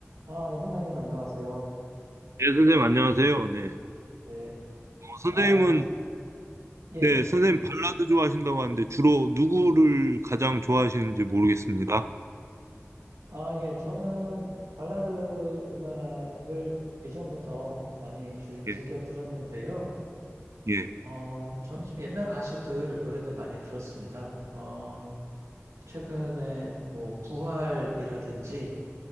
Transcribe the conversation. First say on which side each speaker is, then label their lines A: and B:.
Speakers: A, on the right (about 90°); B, on the right (about 70°).
A: 아, 네, 선생님, 안녕하세요.
B: 네, 선생님 안녕하세요. 네. 어,
A: 네.
B: 선생님은
A: 아, 예, 선- 예,
B: 네,
A: 예.
B: 선생님 발라드 좋아하신다고 하는데 주로 누구를 가장 좋아하시는지 모르겠습니다.
A: 아, 예, 저는 발라드 음악을 예전부터 많이 즐, 즐겨
B: 예.
A: 들었는데요.
B: 예.
A: 어, 저는 좀 옛날 가수들 노래들 많이 들었습니다. 어, 최근에 뭐, 부활이라든지,